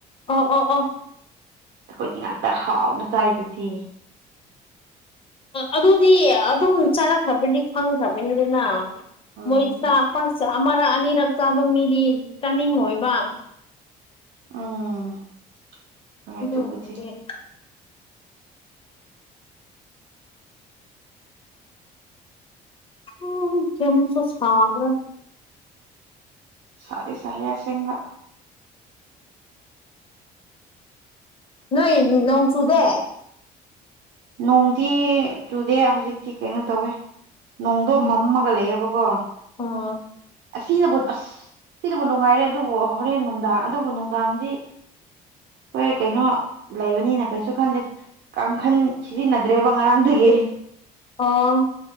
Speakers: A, on the left; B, on the right.
A: ꯑꯣ ꯑꯣ ꯑꯣ
B: ꯑꯩꯈꯣꯏꯒꯤ ꯉꯥꯛꯇ ꯍꯥꯎꯅ ꯆꯥꯔꯤꯗꯨꯗꯤ
A: ꯑꯗꯨꯗꯤ ꯑꯗꯨꯝ ꯆꯥꯔꯛꯈ꯭ꯔꯕꯅꯤ ꯈꯪꯈ꯭ꯔꯕꯅꯤꯗꯅ
B: ꯎꯝ
A: ꯃꯣꯏ ꯆꯥ ꯑꯃꯔꯛ ꯑꯅꯤꯔꯛ ꯆꯥꯕ ꯃꯤꯗꯤ ꯆꯥꯅꯤꯡꯉꯣꯏꯕ
B: ꯎꯝ ꯍꯣꯏ
A: ꯑꯗꯨꯗ
B: ꯑꯗꯨꯕꯨꯗꯤ
A: <unintelligible> ꯎꯝ ꯀꯌꯥꯝꯃꯨꯛꯁꯨ ꯁꯥꯕ꯭ꯔ
B: ꯁꯥꯗꯤ ꯁꯥꯏꯍꯦ ꯑꯁꯦꯡꯕ
A: ꯅꯣꯏ ꯅꯣꯡ ꯁꯨꯨꯗꯣ
B: ꯅꯣꯡꯗꯤ ꯆꯨꯗꯦ ꯍꯧꯖꯤꯛꯇꯤ ꯀꯩꯅꯣ ꯇꯧꯋꯦ ꯅꯣꯡꯗꯣ ꯃꯝꯃꯒ ꯂꯩꯌꯦꯕꯀꯣ
A: ꯑꯣ
B: ꯑꯁꯤꯅꯕꯨ ꯑꯁ ꯁꯤꯅꯕꯨ ꯅꯨꯉꯥꯏꯍꯦ ꯑꯗꯨꯕꯨ ꯍꯣꯔꯦꯟ ꯅꯨꯡꯗꯥꯡ ꯑꯗꯨꯕꯨ ꯅꯨꯡꯗꯥꯡꯗꯤ ꯍꯣꯏ ꯀꯩꯅꯣ ꯂꯩꯕꯅꯤꯅ ꯀꯩꯁꯨ ꯈꯟꯗꯦ ꯀꯥꯡꯈꯟ ꯁꯤꯖꯤꯟꯅꯗ꯭ꯔꯦꯕ ꯉꯔꯥꯡꯗꯒꯤ
A: ꯑꯣ